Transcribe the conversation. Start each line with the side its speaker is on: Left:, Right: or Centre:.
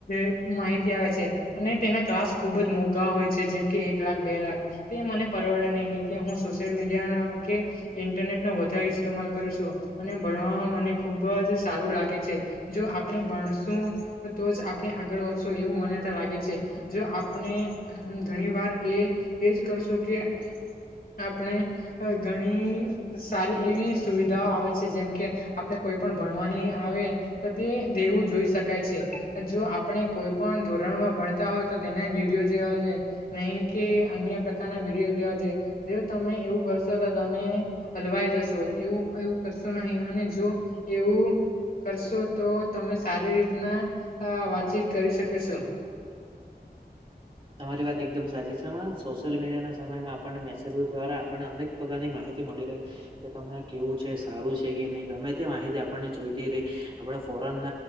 Left: <unintelligible> માહિતી આવે છે અને તેના ક્લાસ ખુબ જ મોંઘા હોય છે જેમ કે એક લાખ બે લાખ તે મને પરવડે નહીં એટલે હું સોશિયલ મીડિયા કે ઇન્ટરનેટ નો વધારે ઇસ્તેમાલ કરું છું. અને ભણવાવામાં મને ખુબ જ સારું લાગે છે જો આપણે ભણશું તો જ આપણે આગળ વધશો એવું મનેતા લાગે છે જો આપણે ઘણી વાર એ એજ કરશું કરશું કે આપણે ઘણી સારી એવી સુવિધાઓ આવે છે જેમ કે આપણે કો કોઈ પણ ભણવાની આવે તો તે દેવું જોઈ શકાય છે જો આપણે કોઈ પણ ધોરણ ઘર માં ભણતા હોય તો તેના જ વિડીયો જેવા છે નહી કે અન્ય પ્ર પ્રકાર ના વિડીયો જોવા છે જો તમે એવું કરશો તો તમે હલવાઈ જશો એવું એવું કરશો નહી અને જો એવું કરશો તો તમે સારી રીતના આ વાતચીત કરી શકશો. <inaudible>
Right: તમારી વાત એકદમ સાચી છે હમણાં સોશિયલ મીડિયાના સમયમાં આપણને મેસેજો દ્વારા આપણને અનેક પ્રકારની માહિ તી મળી રહી કે તમને કેવું છે સારું છે કે નહીં ગમે તે માહિતી આપણને જોઈતી રહી આપણ ફો ફોરન